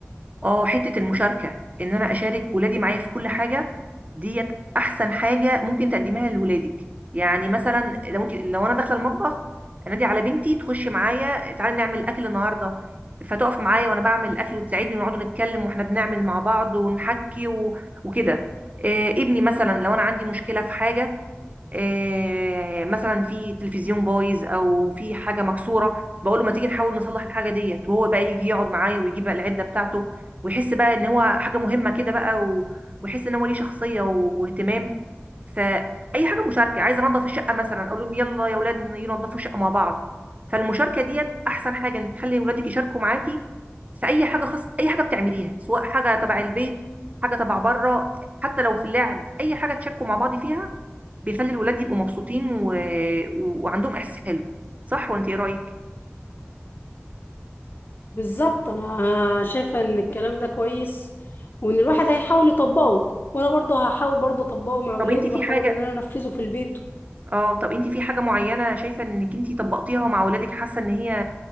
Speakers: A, on the right (about 35°); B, on the left (about 50°).
A: اه حتة المشاركة ان انا اشارك ولادي معايا في كل حاجة ديت احسن حاجة ممكن تقدمها لولادك يعني مثلا لو انت لو انا داخلة المطبخ انادي على بنتي تخش معايا تعالي نعمل اكل النهاردة فتقف معايا وانا بعمل الاكل وتساعدني ونقعد نتكلم واحنا بنعمل مع بعض ونحكي و... وكده إيه ابني مثلا لو انا عندي مشكلة في حاجة آه، مثلا في تلفزيون بايظ او في حاجه مكسوره بقول له ما تيجي نحاول نصلح الحاجه ديت وهو بقى يجي يقعد معايا ويجيب بقى العده بتاعته ويحس بقى ان هو حاجه مهمه كده بقى و- ويحس ان هو ليه شخصيه و- واهتمام فاي حاجه مشاركه عايز انضف الشقه مثلا اقول لهم يلا يا اولاد ينضفوا الشقه مع بعض فالمشاركه ديت احسن حاجه انك تخلي اولادك يشاركوا معاكي في اي حاجه خاصه اي حاجه بتعمليها سواء حاجه تبع البيت حاجه تبع بره حتى لو في اللعب اي حاجه تشاركوا مع بعض فيها بيخلي الولاد يبقوا مبسوطين و... و... وعندهم احساس حلو صح ولا انت ايه رايك
B: بالظبط انا شايفه ان الكلام ده كويس وان الواحد هيحاول يطبقه وانا برضه هحاول برضه اطبقه مع اولادي
A: طب انت في
B: واحاول
A: حاجه
B: ان انا انفذه في البيت
A: اه طب انت في حاجه معينه شايفه انك انت طبقتيها مع ولادك حاسه ان هي